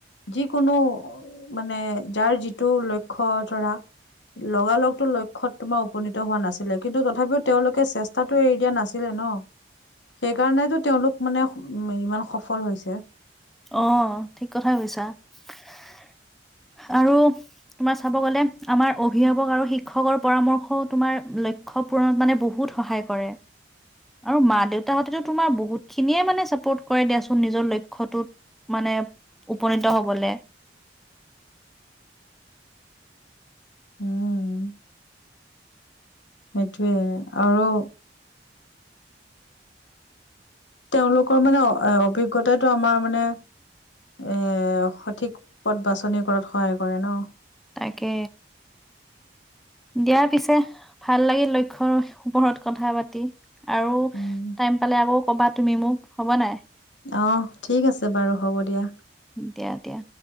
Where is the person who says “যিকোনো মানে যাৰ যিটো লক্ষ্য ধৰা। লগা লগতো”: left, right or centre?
Left